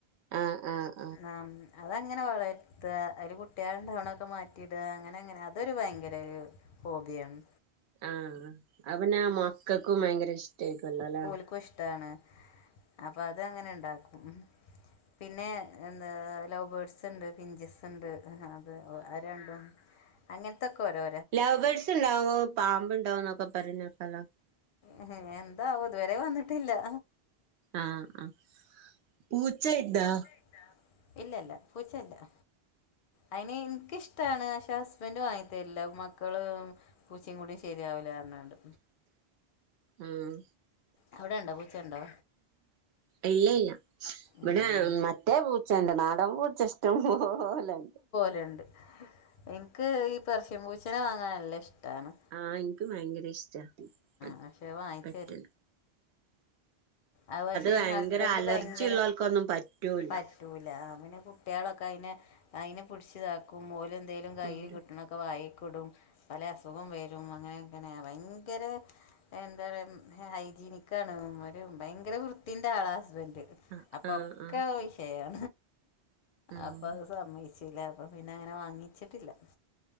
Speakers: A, on the right; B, on the left.
A: ആഹ ആഹ
B: ആാം അതങ്ങനെ വളർത്ത അയില് കുട്ട്യാളണ്ടാവണൊക്കെ മാറ്റിട അങ്ങനെ അങ്ങനെ അതൊരു ഭയങ്കര ഒരു ഓബിയണ്
A: ആഹ അയ്പിന്ന മക്കക്കും ഭയങ്കര ഇഷ്ടേരിക്കും അല്ലല്ലേ
B: ക്കും ഇഷ്ടാണ് അപ്പൊ അത് അങ്ങനെ ഇണ്ടാക്കും പിന്നെ എന്താ ലവ് ബേർഡ്സ് ഇണ്ട് പിഞ്ചിസ് ഇണ്ട് അത് ആഹ് രണ്ടും അങ്ങനത്തൊക്കെ ഒരോ
A: ലവ് ബേർഡ്സ് ഇണ്ടാവുമ്പോ പാമ്പ് ഇണ്ടാവോന്നൊക്കെ പറഞ്ഞ്ക്കേക്കാലോ
B: ഉം എന്താവുവേ ഇതുവരെ വന്നിട്ടില്ലാ
A: ആഹ് ആഹ് പൂച്ചാ ഇണ്ടാ
B: ഇല്ല ഇല്ല പൂച്ചയില്ലാ അയിന് ഇനിക്കിഷ്ടമാണ് പശെ ഹസ്ബൻഡ് വാങ്ങിതേരില്ലാ മക്കള് പൂച്ചിമ് കൂടിയും ശെരിയാവില്ലാന്നാണ്ട്
A: ഉം
B: അവിടെ ഉണ്ടോ പൂച്ചയുണ്ടോ
A: ഇല്ല ഇല്ല ഇവടെ
B: ഉം
A: മറ്റേ പൂച്ചാ ഇണ്ട് നാടൻ പൂച്ചാ ഇഷ്ടം പോലെണ്ട്‌
B: ലണ്ട് എക്ക് ഈ പെർസ്യം പൂച്ചനെ വാങ്ങാനാ നല്ലാ ഇഷ്ടാണ്
A: ആഹ് എനിക്ക് ബയങ്കര ഇഷ്ട പെ
B: പക്ഷെ വാങ്ങിച്ചു
A: പെറ്റ്
B: അഹ് പശെ
A: ഭയങ്കര
B: ഹസ്ബൻഡ്
A: അലർജി
B: ബയങ്കര
A: ഉള്ളോൽക്കൊന്നും പറ്റൂല
B: പറ്റ റ്റൂല്ലാ അങ്ങനെ കുട്ടികളൊക്കെ അയ്നെ അയ്നെ പിടിച്ച് ഇത ക്കും ഓല് എന്തെലും കയ്യില്
A: ഉം
B: കിട്ടണൊക്കെ വായിക്ക് ഇടും പലാ അസുഖം വെരും അങ്ങനെ അങ്ങനെ ബയങ്കര എന്താ പറയാ ഉം ഹൈജീനിക്കാണ് ഇവമ്മാര് ബയങ്കര വൃത്തിന്റെ ആളാ ഹസ്ബൻഡ്
A: ആഹ്
B: അപ്പൊ
A: ആഹ്
B: ഒക്കെ
A: ആഹ്
B: സ് യെയാ
A: ആഹ്
B: അപ്പൊ അത് സമ്മോച്ചില്ലാ അപ്പേ പിന്നെ അങ്ങനെ വാങ്ങിച്ചിട്ടില്ലാ